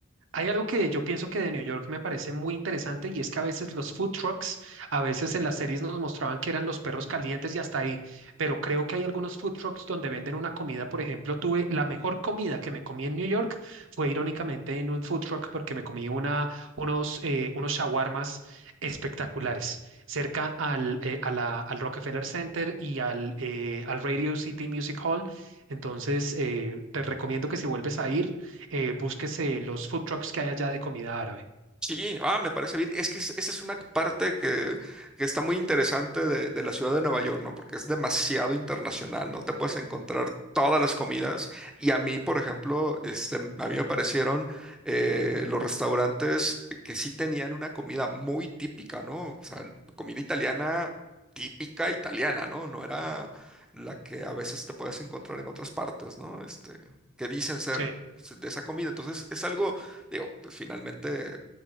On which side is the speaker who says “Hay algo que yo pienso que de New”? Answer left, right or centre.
Right